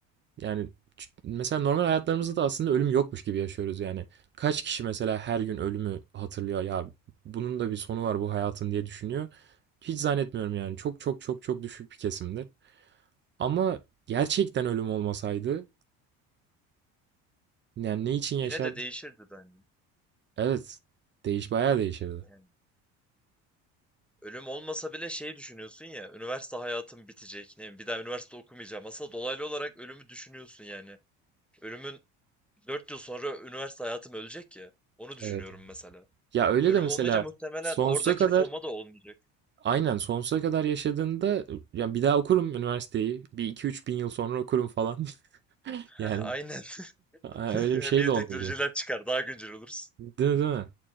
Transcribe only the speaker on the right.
Yani ç- mesela normal hayatlarımızda da aslında ölüm yokmuş gibi yaşıyoruz yani. Kaç kişi mesela her gün ölümü hatırlıyor ya bunun da bir sonu var bu hayatın diye düşünüyor. Hiç zannetmiyorum yani. Çok çok çok çok düşük bir kesimdir. Ama gerçekten ölüm olmasaydı yani ne için
yaşardık?
Evet. Değiş bayağı değişirdi.
Evet.
Ya öyle
de mesela
sonsuza
kadar
aynen sonsuza kadar yaşadığında yani bir daha okurum üniversiteyi. Bir iki üç bin yıl sonra okurum falan. <laughs> Yani
ha,
öyle
bir şey
de olmayacak.
Değil mi, değil mi?